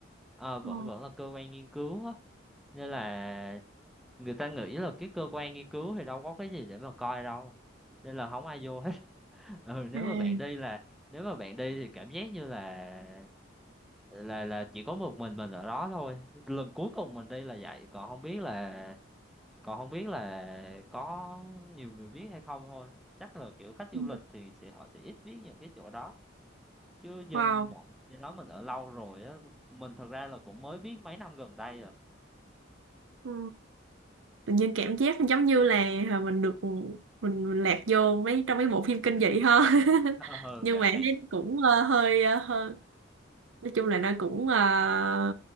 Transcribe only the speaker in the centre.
ờ, vẫn
vẫn là cơ quan nghiên cứu á nên là người ta nghĩ là cái cơ quan nghiên cứu thì đâu có cái gì để mà coi đâu nên là không ai vô hết <laughs> ừ nếu
mà bạn đi là nếu mà bạn đi thì cảm giác như là là là chỉ có một mình mình ở đó thôi lần cuối cùng mình đi là vậy còn không biết là còn không biết là có nhiều người biết hay không thôi chắc là kiểu khách du
lịch thì sẽ họ sẽ ít biết những cái chỗ đó chứ dân
bọn mình cái đó mình ở lâu rồi á mình thật ra là cũng mới biết mấy năm gần đây rồi
<laughs> ờ
bạn
bạn